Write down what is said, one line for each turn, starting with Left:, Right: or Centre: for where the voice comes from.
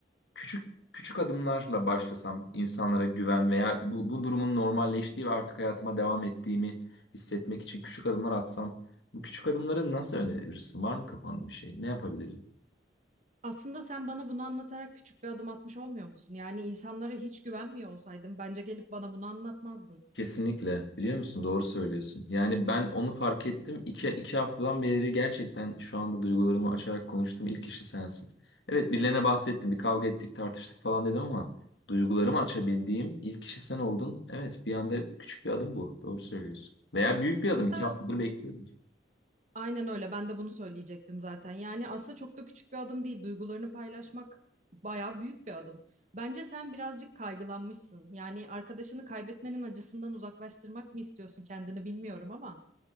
Left: küçük küçük adımlarla başlasam insanlara güven veya bu, bu durumun normalleştiği ve artık hayatıma devam ettiğimi hissetmek için küçük adımlar atsam bu küçük adımları nasıl önerebilirsin? Var mı kafanda bir şey? Ne yapabilirim?
Right: Aslında sen bana bunu anlatarak küçük bir adım atmış olmuyor musun? Yani insanlara hiç güvenmiyor olsaydın bence gelip bana bunu anlatmazdın.
Left: Kesinlikle. Biliyor musun? Doğru söylüyorsun. Yani ben onu fark ettim. İki, iki haftadan beri gerçekten şu anda duygularımı açarak konuştuğum ilk kişi sensin. Evet birilerine bahsettim. Bir kavga ettik, tartıştık falan dedim ama duygularımı açabildiğim ilk kişi sen oldun. Evet bir anda küçük bir adım bu. Doğru söylüyorsun. Veya büyük bir adım.
Right: Hatta
Left: İki haftadır bekliyordum.
Right: Aynen öyle. Ben de bunu söyleyecektim zaten. Yani aslında çok da küçük bir adım değil. Duygularını paylaşmak bayağı büyük bir adım. Bence sen birazcık kaygılanmışsın. Yani arkadaşını kaybetmenin acısından uzaklaştırmak mı istiyorsun kendini bilmiyorum ama.